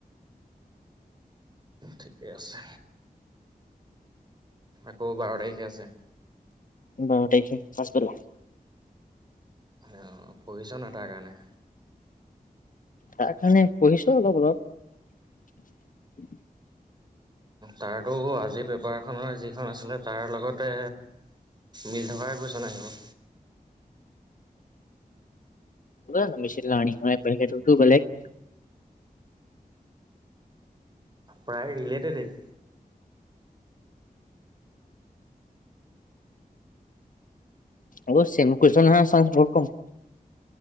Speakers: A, on the right (about 30°); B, on the left (about 60°).
A: ঠিকেই আছে। আকৌ বাৰ তাৰিখে আছে।
B: বাৰ তাৰখে পাছ বেলা।
A: অ প্ৰয়োজন ন তাৰ কাৰণে।
B: তাৰ কাৰণে পঢ়িছো অলপ অলপ।
A: তাৰাতো আজিৰ পেপাৰখনৰ যিখন আছিলে। তাৰ লগতে মিল থক কৈছ ন আহিব।
B: ন মিছিং লাৰনিংটো বেলেগ।
A: প্ৰায় ৰিলেটেডেই।
B: অ চম কৰিছ ন চ ব কম।